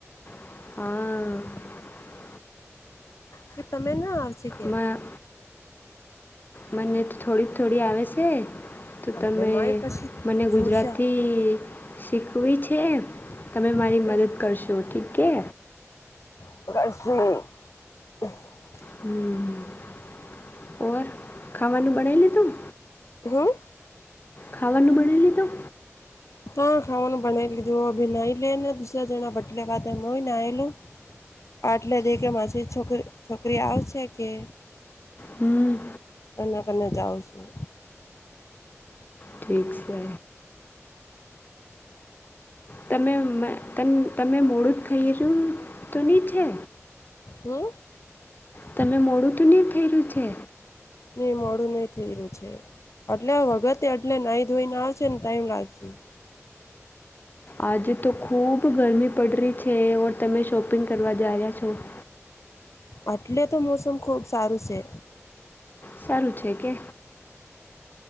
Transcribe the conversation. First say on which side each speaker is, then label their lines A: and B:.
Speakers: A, on the left (about 40°); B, on the left (about 75°).
A: હા
B: કે તમે ના આવશે કે
A: મ- મને તો થોડી થોડી આવે સે તો તમે
B: એટલે માય કશી
A: મને ગુજરાતી
B: જોરજા
A: શીખવી છે તમે મારી
B: એટલે
A: મદદ કરશો ઠીક કે
B: <unintelligible>
A: હમ ઓર ખાવાનું બનાવી લીધું
B: હમ
A: ખાવાનું બણાંઈ લીધું?
B: તો ખાવાનું બનાઈ લીધું અભી નહી લે ને દુસરા જણા બટલે ખાતા હોય મું એ નાય લઉ. આટલે દે કે માછી છોકરી છોકરી આવશે કે?
A: હમ
B: એના કને જાઉં છું.
A: ઠીક સે. તમે મેં તમે તમે મોડું જ રયુ તો ની છે?
B: હમ
A: તમે મોડું તો ની થઈ રહ્યું છે?
B: નહીં મોડું નઈ થઈ રહ્યું છે. એટલે વગતે એટલે નઈ ધોઈને આવ છ તન ટાઈમ લાગશે.
A: આજે તો ખુબ ગરમી પડ રહી છે. ઓર તમે શોપિંગ કરવા જાયા છો. હ <inaudible>
B: એટલે તો મોસમ ખૂબ સારું સે.
A: સારું છે કે?